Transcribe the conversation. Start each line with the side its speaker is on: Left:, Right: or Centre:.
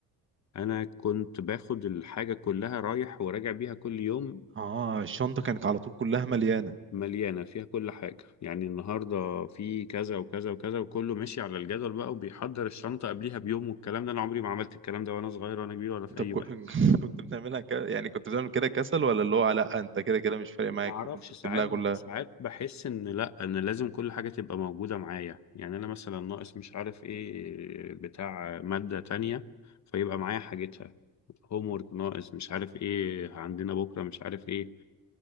Left: أنا كنت باخد الحاجة كلها رايح وراجع بيها كل يوم
Right: اه الشنطة كانت على طول كلها مليانة
Left: مليانة فيها كل حاجة يعني النهاردة في كذا وكذا وكذا وكله ماشي على الجدول بقى وبيحضر الشنطة قبليها بيوم والكلام ده أنا عمري ما عملت الكلام ده وأنا صغير وأنا كبير ولا في
Right: انت
Left: أي
Right: بك...
Left: وقت
Right: <laughs> كنت بتعملها ك... يعني كنت بتعمل كده كسل ولا اللي هو لا انت كده كده مش فارق معاك
Left: معرفش
Right: فكنت بتملاها
Left: ساعات بح
Right: كلها
Left: ساعات بحس إن لأ إن لازم كل حاجة تبقى موجودة معايا يعني أنا مثلا ناقص مش عارف إيه بتاع مادة تانية فيبقى معايا حاجتها هومورك ناقص مش عارف إيه عندنا بكرة مش عارف إيه